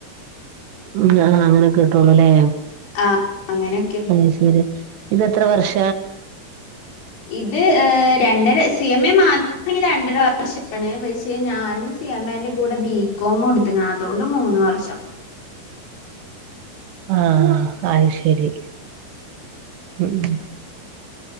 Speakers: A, on the right (about 70°); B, on the left (about 85°).
A: ഉം ആഹ് അങ്ങനെക്കെട്ടുള്ളൂ ല്ലേ
B: ആഹ് അങ്ങനെ
A: അയ് ശരി ഇതെ ത്ര വർഷ
B: ഇത് രണ്ടര സി എം എ മാത്രമാണെങ്കിൽ രണ്ടര വർഷാണ് പക്ഷെ ഞാൻ സിമേന്റെ കൂടെ ബീകോം എടുത്തിക്കണം അതുകൊണ്ട് മൂന്ന് വർഷം
A: ആഹ് അഹ് ശരി ഉം